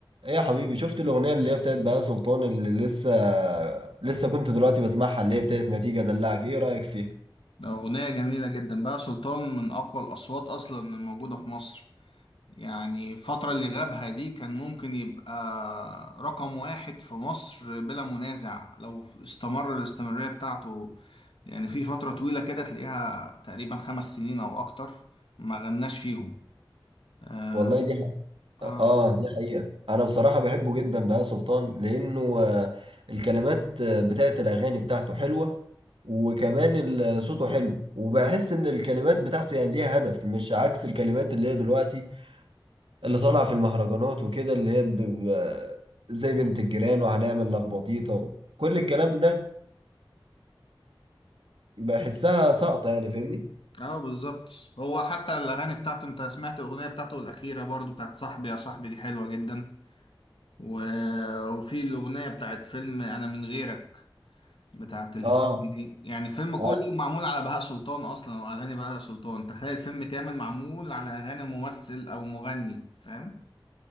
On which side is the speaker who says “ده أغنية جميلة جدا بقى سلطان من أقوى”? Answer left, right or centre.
Left